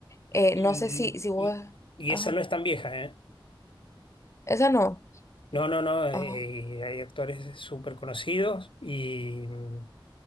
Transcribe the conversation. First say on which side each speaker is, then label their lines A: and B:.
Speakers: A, on the left; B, on the left.
A: Eh,
B: Y,
A: no sé si, si vos.
B: y- y
A: Ajá.
B: esa no es tan vieja, ¿eh?
A: Esa no.
B: No, no, no. eh,
A: Ajá.
B: hay actores súper conocidos y mm,